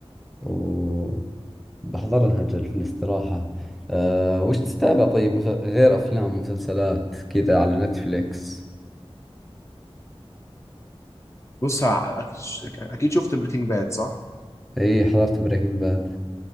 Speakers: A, in the centre; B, on the left.
A: وبحضرها أجل في الاستراحة أه وش تتابع طيب مس- غير أفلام ومسلسلات كذا على نتفليكس
B: بص أك- أكيد شفت بريكنج باد صح؟
A: إي حضرت بريكنج باد